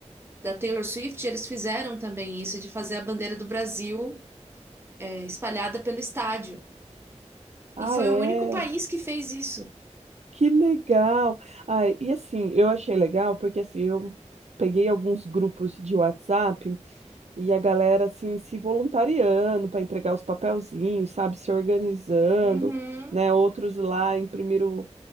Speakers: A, on the right (about 20°); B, on the right (about 65°).
A: da Taylor Swift, eles fizeram também isso, de fazer a bandeira do Brasil, é, espalhada pelo estádio.
B: ah,
A: E foi
B: é.
A: o único país que fez isso.
B: Que legal. Ai, e assim, eu achei legal porque assim, eu peguei alguns grupos de WhatsApp E a galera, assim, se voluntariando para entregar os papelzinhos, sabe? Se organizando,
A: Uhum.
B: né? Outros lá imprimiram,